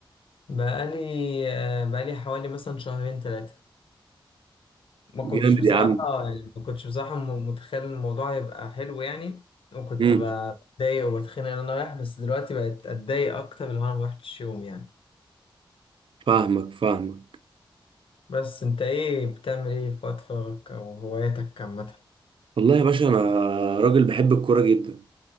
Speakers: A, on the left; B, on the right.
A: بقالي آه، بقالي حوالي مثلا شهرين ثلاثة ما كنتش
B: جامد
A: بصراحة
B: يا عم
A: اه يعني ما كنتش بصراحة م- متخيل الموضوع هيبقى حلو يعني وكنت
B: امم
A: ب- بتضايق وبتخانق ان انا رايح بس دلوقتي بقت اتضايق اكتر لو انا ما رحتش يوم يعني
B: فاهمك فاهمك
A: بس انت ايه بتعمل ايه في وقت فراغك او هواياتك عامة
B: والله يا باشا انا راجل بحب الكوره جدا